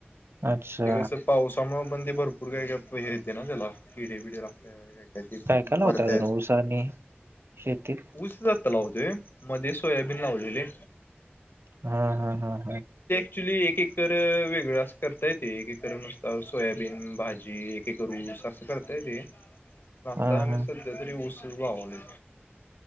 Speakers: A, on the right; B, on the left.
A: अच्छा
B: ते कसं पावसामुळं बंदे भरपूर काय का हे येते ना त्याला किडे बिडे लागण्यात. ते
A: काय काय लावताय
B: मरत्यात
A: अजून ऊस आणि शेतीत
B: ऊस जात लावतोय मध्ये सोयाबीन लावलेले.
A: हा हा हा हा.
B: ॲक्च्युली एक एककर वेगळं असं करता येते एक एककर नुसता सोयाबीन भाजी एककर ऊ स असं करता येते. आता
A: हा
B: आम्ही
A: हा
B: सध्या तरी ऊसच लावालोय.